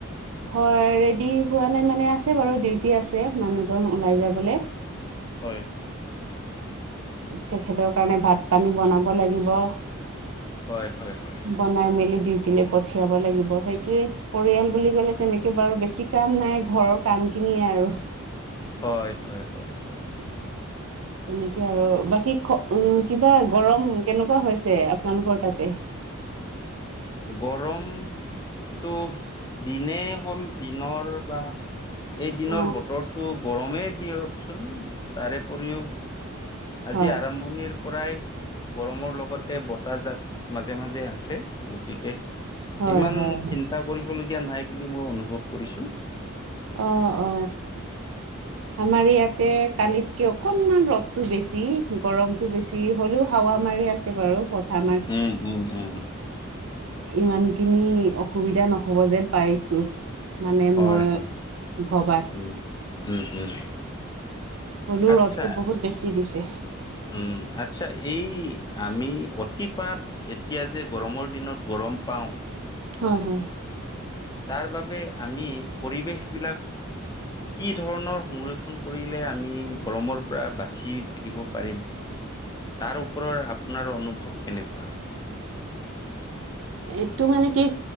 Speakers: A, on the right; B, on the left.
A: হয় ৰেডি হোৱা নাই মানে আছে বাৰু ডিউটি আছে মানুহজন ওলাই যাবলে
B: হয়
A: তেখেতৰ কাৰণে ভাত পানী বনাব লাগিব বনাই
B: হয় হয় হয়
A: মেলি ডিউটিলে পঠিয়াব লাগিব সেইটোয়ে পৰিয়াল। বুলি ক'লে তেনেকে বাৰু বেছি কাম নাই ঘৰৰ কাম খিনিয়ে আৰু
B: হয় হয় হয় হয়।
A: <unintelligible> তেনেকে আৰু বাকী খ উম কিবা গৰম কেনেকুৱা হৈছে আপোনালোকৰ তাতে। <inaudible>
B: গৰম। ত' দিনে হ'ল দিনৰ বা। এইদিনৰ
A: অ
B: বতৰটো গৰমেই দিয়কচোন তাৰে উপৰিও। আজি
A: হয়
B: আৰম্ভণিৰ পৰাই গৰমৰ লগত। লগতে বতাহজাক মাজে মাজে আছে গতিকে।
A: হয়
B: ইমান
A: হয়
B: চিন্তা কৰিবলগীয়া নাই বুলি মই অনুভৱ কৰিছো।
A: অ অ আমাৰ ইয়াতে কালিতকে অকনমান ৰদ। টো বেছি গৰমটো বেছি হ'লেও হাৱা মাৰি আছে বাৰু। বতাহ
B: উম উম উম।
A: ইমানখিনি অসুবিধা নহব যেন পাইছো মানে
B: হয়
A: মই।
B: হয়
A: ভবাত।
B: উম উম উম
A: হলো
B: আচ্ছা
A: ৰ'দটো বহুত বেছি দিছে।
B: উম আচ্ছা এই আমি অতিপাত এতিয়া যে গৰমৰ দিনত গৰম। ৰম পাওঁ।
A: হয় হয়।
B: তাৰ বাবে আমি পৰিৱেশ বিলাক। কি ধৰণৰ সংৰক্ষণ কৰিলে আমি গৰমৰ পৰা বাচি থাকিব পাৰিম। তাৰ ওপৰত আপোনাৰ অনুভৱ কেনেকুৱা।
A: এইটো মানে কি